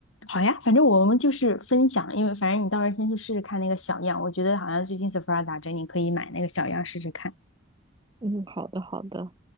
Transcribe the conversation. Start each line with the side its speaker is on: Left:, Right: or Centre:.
Left: 好呀，反正我们就是分享，因为反正你到时候先去试试看那个小样，我觉得好像最近 Sephora 打折，你可以买那个小样试试看。
Right: 嗯，好的好的。